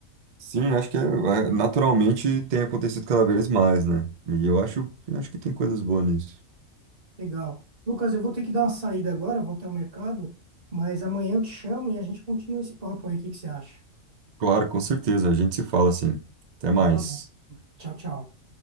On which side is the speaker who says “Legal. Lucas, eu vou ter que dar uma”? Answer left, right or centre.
Right